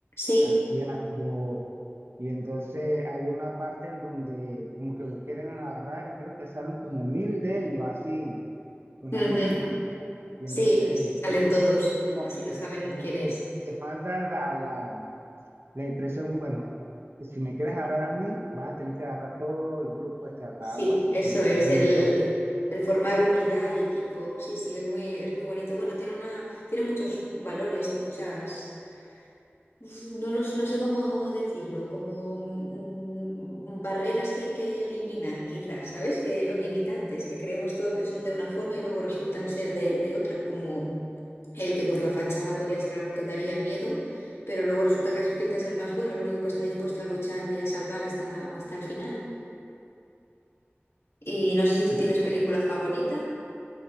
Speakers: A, on the left (about 70°); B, on the right (about 65°).
A: Sí,
B: asqueando. Y entonces hay una parte en donde como que lo quieren agarrar y creo que salen como mil de ellos así, con
A: ujú,
B: la misma máscara. Y
A: Sí,
B: entonces
A: salen todos,
B: como
A: así
B: que,
A: no saben
B: como
A: quién
B: que
A: es.
B: te manda la, la, la impresión, bueno, si me quieres agarrar a mí, vas a tener que agarrar todo el grupo este acá,
A: Sí,
B: algo así,
A: eso
B: como
A: es,
B: que hay
A: el,
B: unión.
A: el formar unidad y equipo. Sí, sí, es muy, es muy bonito. Bueno, tiene una, tiene muchos mm, valores y muchas, uf, no los, no sé cómo decirlo, como mm, barreras que hay que eliminar, quizás, ¿sabes? Que, o limitantes, que creemos todos que son de una forma y luego resultan ser de, de otra, como el que por la fachada podría ser algo que daría miedo, pero luego resulta que es quizás el más bueno, el único que está dispuesto a luchar y a salvar hasta, hasta el final. Y no sé si tú
B: ¿Sí?
A: tienes película favorita.